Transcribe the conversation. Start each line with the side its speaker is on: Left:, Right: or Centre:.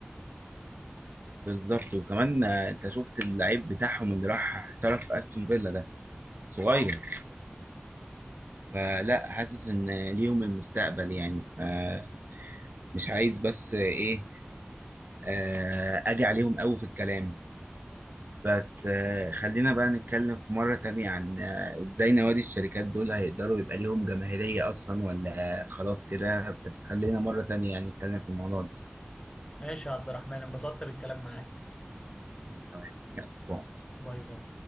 Right: بالظبط وكمان آه، انت شفت اللعيب بتاعهم اللي راح احترف في استون فيلا ده صغير
Left: اه
Right: فلا حاسس ان ليهم المستقبل يعني فمش عايز بس ايه آه، اجي عليهم قوي في الكلام بس آه، خلينا بقى نتكلم في مرة تانية عن آه، ازاي نوادي الشركات دول هيقدروا يبقى ليهم جماهيرية اصلا ولا خلاص كده بس خلينا مرة تانية يعني نتكلم في الموضوع ده
Left: ماشي يا عبد الرحمن انبسطت بالكلام معاك
Right: أنا كمان يلا باي.
Left: باي باي